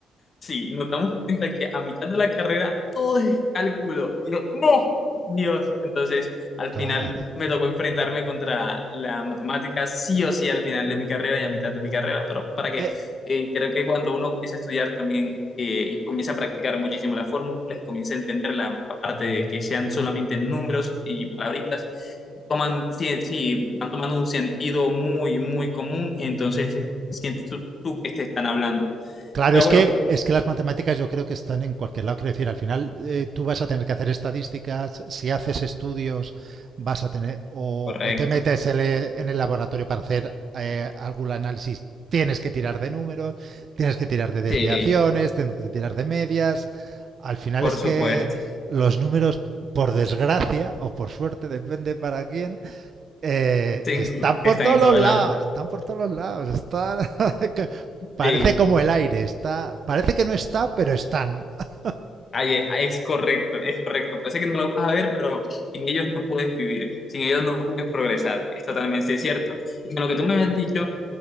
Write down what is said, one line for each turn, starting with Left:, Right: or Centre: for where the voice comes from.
Left: Sí, nos damos cuenta que a mitad de la carrera todo es cálculo. Y yo, no, Dios. Entonces, al
Right: Claro.
Left: final me tocó enfrentarme contra la matemática, sí o sí, al final de mi carrera y a mitad de mi carrera. Pero para que
Right: Eh,
Left: eh, creo que cuando uno comienza a estudiar también eh, y comienza a practicar muchísimo las fórmulas y comienza a entenderla, aparte de que sean solamente números y palabritas, toman, sí, sí, van tomando un sentido muy, muy común. Entonces, sientes tú, tú que te están hablando.
Right: claro,
Left: Pero
Right: es
Left: bueno.
Right: que, es que las matemáticas yo creo que están en cualquier lado. Quiero decir, al final eh, tú vas a tener que hacer estadísticas, si haces estudios, vas a tener, o,
Left: Correcto.
Right: o te metes en el- en el laboratorio para hacer eh, algún análisis, tienes que tirar de números, tienes que tirar de desviaciones,
Left: Sí,
Right: tienes que tirar de medias. Al final
Left: por
Right: es
Left: supuesto.
Right: que los números, por desgracia o por suerte, depende para quién, Eh,
Left: Se
Right: están
Left: encu- están
Right: por todos
Left: en
Right: los
Left: todos
Right: lados,
Left: lados.
Right: están por todos los lados, están... <laughs> que parece
Left: Sí,
Right: como el aire, está... Parece que no está, pero están. <laughs>
Left: ahí- e- ahí es correcto, es correcto. Parece que no lo vas a ver, pero sin ellos no puedes vivir, sin ellos no puedes progresar. Es totalmente cierto. Y con lo que tú me habías dicho,